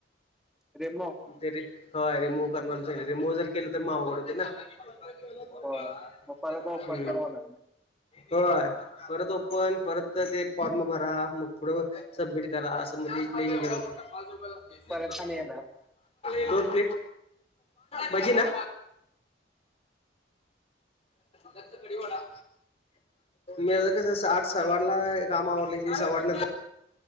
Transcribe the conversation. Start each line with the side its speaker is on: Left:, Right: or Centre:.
Centre: रेमो.
Left: तरी हय रिमूव करणार रिमूव जर केलं तर म अवघड होते ना. हम्म
Centre: होय मग परत ओपन करावं लागणार
Left: होय ‌. परत ओपन परत ते फॉर्म भरा मग पुढं सबमिट करा असं मग ते लय झणझट होतय.
Centre: परत आणि येणार
Left: <unintelligible> दोन प्लेट भजी ना. दत्त कडीवडा. माझं कस आठ सवा आठला काम आवरलं की मी सवा आटनंत्